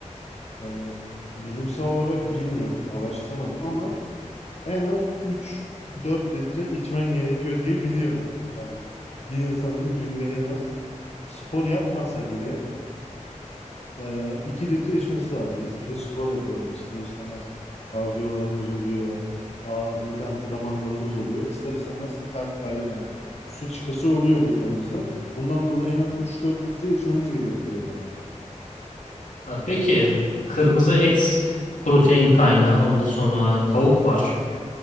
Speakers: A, on the left (about 55°); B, on the left (about 85°).
A: e, yani bilimsel olarak bilmiyorum, araştırmadım ama en az üç dört litre içmen gerekiyor diye biliyorum. Yani bir insanın günde en az spor yapmasa bile Ee, iki litre içmesi lazım. Biz bir de spor yapıyoruz. İster istemez kardiyolarımız oluyor. Ağırlık antrenmanlarımız oluyor. İster istemez ter kay yani su çıkısı oluyor bedenimizden. Bundan dolayı en az üç dört litre içmemiz gerekiyor yani.
B: Ha, peki kırmızı et protein kaynağı. Ondan sonra tavuk var.